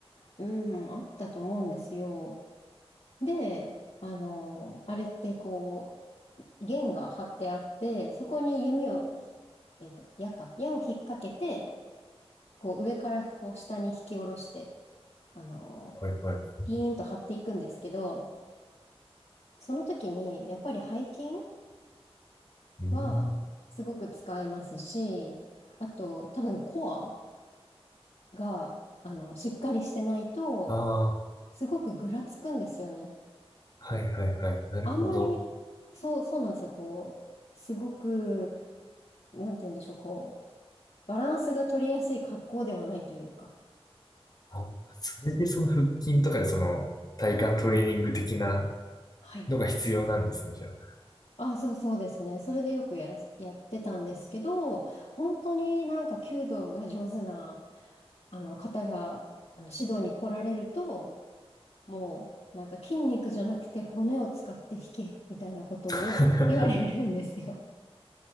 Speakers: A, on the left; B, on the left.
A: うん、あったと思うんですよ。で、あの、あれってこう、弦が張ってあって、そこに弓をひ、えっと、矢か、矢を引っ掛けて、こう上からこう下に引き下ろして、あのー
B: はいはい。
A: ピーンと張っていくんですけど、その時にやっぱり背筋
B: うーん。
A: はすごく使えますし、あと多分コアが、あの、しっかりしてないと、
B: ああ、
A: すごくぐらつくんですよね。
B: はいはいはい。なるほど。
A: あんまり、そう、そうなんですよ。こう、すごく、なんて言うんでしょう、こう、バランスが取りやすい格好ではないというか。
B: あ、それでその腹筋とかでその体幹トレーニング的な
A: はい。
B: のが必要なんですね、じゃあ。
A: あ、そうそうですね。それでよくやらせ、やってたんですけど、本当になんか弓道が上手な、あの方が、あの指導に来られると、もうなんか筋肉じゃなくて骨を使って弾け、みたいなことを言われるんですよ。
B: <laughs>